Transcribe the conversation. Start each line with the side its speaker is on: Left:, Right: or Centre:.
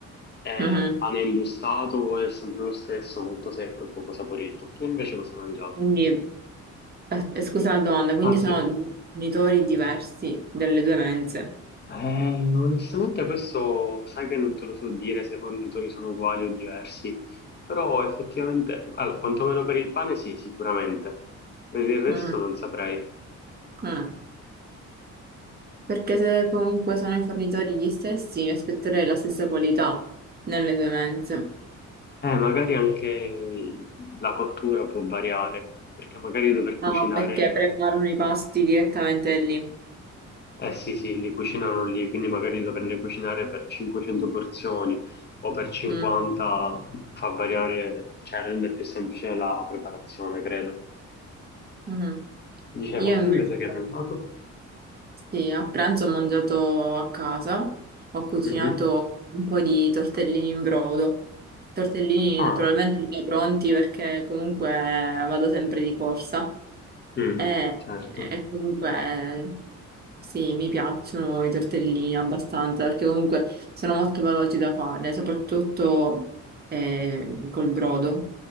Left: è
Right: mhm.
Left: pane imbustato, è sempre lo stesso, molto secco e poco saporito. Tu invece cosa hai mangiato?
Right: Quindi, eh, eh, scusa la domanda, quindi
Left: Ah, sì.
Right: sono genitori diversi delle due mense.
Left: Eh, onestamente questo sai che non te lo so dire se i fornitori sono uguali o diversi, però effettivamente, allora, quantomeno per il pane sì, sicuramente, per il resto
Right: Mm,
Left: non saprei.
Right: mm. Perché se comunque sono i fornitori gli stessi, mi aspetterei la stessa qualità nelle due mense.
Left: Eh, magari anche la cottura può variare, perché magari dover cucinare,
Right: Ah, perché preparano i pasti direttamente lì.
Left: eh sì sì, li cucinano lì, quindi magari doverne cucinare per 500 porzioni o per 50
Right: Mm,
Left: fa variare, cioè rende più semplice la preparazione, credo.
Right: mm.
Left: Dicevo,
Right: Io invece
Left: tu invece che hai pensato?
Right: Sì, a pranzo ho mangiato a casa, ho cucinato
Left: Mhm.
Right: un po' di tortellini in brodo. Tortellini
Left: Ah,
Right: naturalmente già pronti perché comunque vado sempre di corsa
Left: mm,
Right: e,
Left: certo.
Right: e comunque sì, mi piacciono i tortellini abbastanza perché comunque sono molto veloci da fare, soprattutto eh, col brodo.